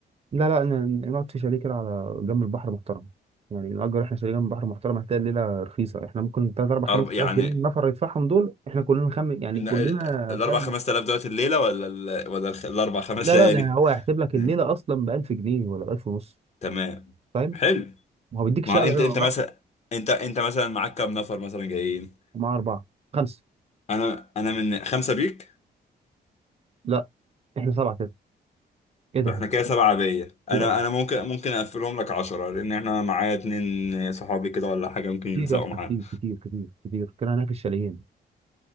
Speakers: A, on the right (about 35°); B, on the left (about 40°).
A: لا لا ن- نقعد في شاليه كده على جنب البحر محترم يعني نأجر احنا شاليه جنب البحر محترم هتلاقي الليله رخيصه احنا ممكن 3 4
B: أرب...
A: 5000
B: يعني
A: جنيه النفر يدفعهم دول احنا كلنا خم يعني
B: ن-
A: كلنا
B: الاربع
A: فاهم
B: خمس تلاف دلوقتي الليله ولا ال... ولا الخ- الاربع خمس
A: لا
B: ليالي
A: لا ده هو هيحسب لك
B: مم.
A: الليله اصلا ب 1000 جنيه ولا ب 1000 ونص
B: تمام
A: فاهم
B: حلو
A: وهو بيديك شقه
B: ما انت انت مثلا
A: بس
B: انت انت مثلا معاك كام نفر مثلا جايين
A: مع اربعه خمسه
B: انا انا من خمسه بيك
A: لا احنا سبعه ايه ده
B: احنا كده سبعة عادية
A: كتير
B: انا
A: قوي
B: انا ممكن ممكن اقفلهم لك عشرة لان احنا معايا اتنين صحابي كده ولا حاجة ممكن يلزقوا
A: كتير يا اسطى
B: معانا
A: كتير كتير كتير كتير كده هناك الشاليهين